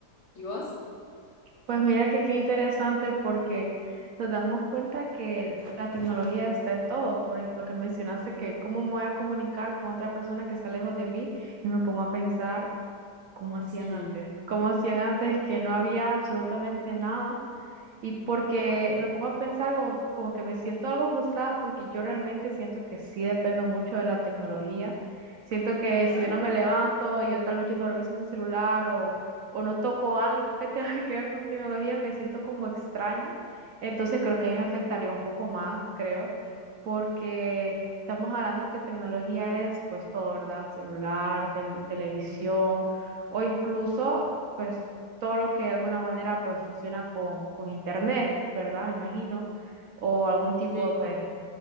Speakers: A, on the left; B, on the right.
A: ¿Y vos?
B: Pues mira que qué interesante porque nos damos cuenta que la tecnología está en todo. Por ejemplo, que mencionaste que cómo me voy a comunicar con otra persona que está lejos de mí y me pongo a pensar cómo hacían
A: Sí,
B: antes, cómo hacían antes que no había absolutamente nada. Y porque me pongo a pensar como, como que me siento algo frustrada porque yo realmente siento que sí dependo mucho de la tecnología. Siento que
A: ajá,
B: si yo no me levanto y yo tal vez yo no reviso mi celular o, o no toco algo que tenga <laughs> que ver con tecnología, me siento como extraña. Entonces creo que ahí me afectaría un poco más, creo, porque estamos hablando que tecnología es pues todo, ¿verdad? Celular, tel- televisión o incluso pues todo lo que de alguna manera pues funciona con, con internet, ¿verdad? Me imagino, o algún tipo
A: sí,
B: de pues.